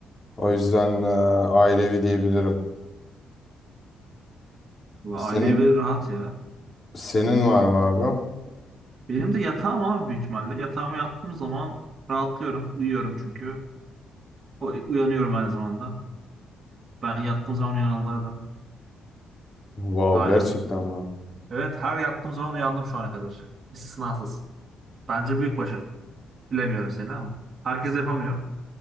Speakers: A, on the left; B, on the right.
A: O yüzden e, aile diyebilirim.
B: Valla
A: Senin
B: aile evi rahat ya.
A: senin var mı abi?
B: Benim de yatağım abi büyük ihtimalle. Yatağıma yattığım zaman rahatlıyorum. Uyuyorum çünkü. O- Uyanıyorum aynı zamanda. Ben yattığım zaman uyananlardan
A: Wow
B: hala.
A: gerçekten mi?
B: Evet her yattığım zaman uyandım şu ana kadar. İstisnasız. Bence büyük başarı. Bilemiyorum seni ama. Herkes yapamıyor.